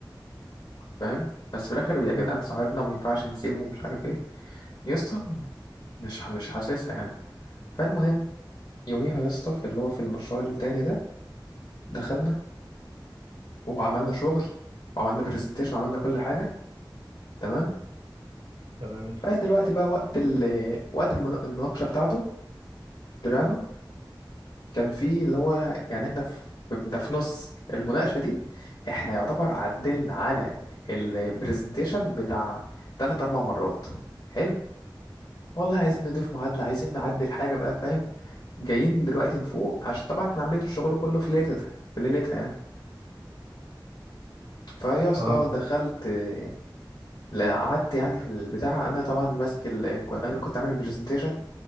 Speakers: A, on the left; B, on the right.
A: فاهم بس في الاخر يا جدعان
B: م-
A: صاحبنا وما ينفعش نسيبه ومش عارف ايه يا اسطى مش ح- مش حاسسها يعني فالمهم يوميها يا اسطى في اللي هو في المشروع التاني ده دخلنا وعملنا شغل وعملنا برزنتيشن وعملنا كل حاجة تمام
B: تمام
A: فهي دلوقتي بقى وقت ال وقت المنا- المناقشة بتاعته طلعنا كان في اللي هو يعني احنا في ده في نص المناقشة دي احنا يعتبر عدلنا على البرزنتيشن بتاع تلات أربع مرات حلو والله عايزين نضيف معادلة عايزين نعدل حاجة بقى فاهم جايين دلوقتي نفوق عشان طبعا احنا عاملين الشغل كله في ليلتها في ليلتها يعني فيا اسطى
B: اه
A: دخلت آه، لا، قعدت يعني في البتاع انا طبعا اللي ماسك ال... كو- انا اللي كنت عامل البرزنتيشن